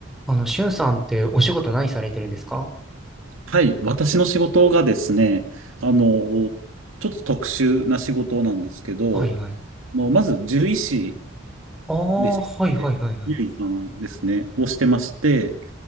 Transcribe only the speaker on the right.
はい、私の仕事がですね、あの、ちょっと特殊な仕事なんですけど、
あのまず獣医師
でして、
獣医さんですね、をしてまして、